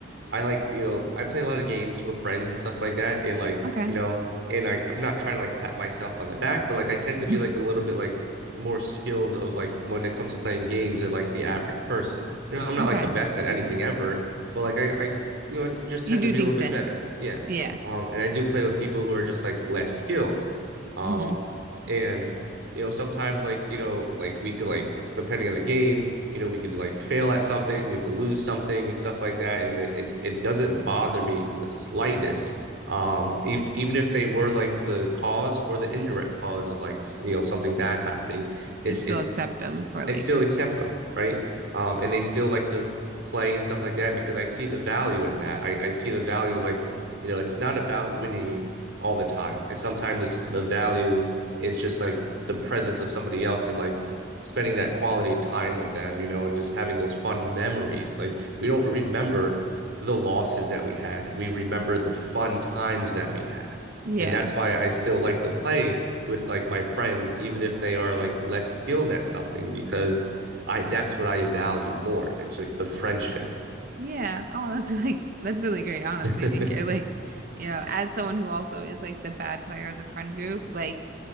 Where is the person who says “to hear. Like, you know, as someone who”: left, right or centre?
Right